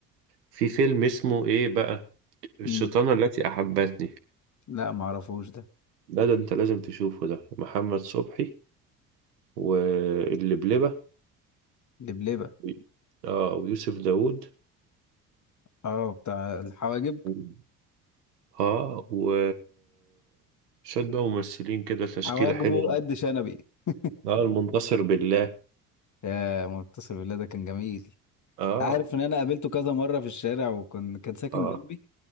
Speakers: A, on the right; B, on the left.
A: في فيلم اسمه ايه بقى الشيطانه
B: امم
A: التي احبتني
B: لا معرفوش ده
A: ده ده انت لازم تشوفه ده محمد صبحي واللبلبه
B: لبلبة
A: و- اه ويوسف داوود
B: اه بتاع الحواجب
A: و- اه و شوية بقى ممثلين كده تشكيلة
B: حواجبه
A: حلوة
B: قد شنبي <laughs>
A: اه المنتصر بالله
B: يا منتصر بالله ده كان جميل
A: اه
B: عارف ان انا قابلته كذا مرة في الشارع وكان كان ساكن
A: اه
B: جنبي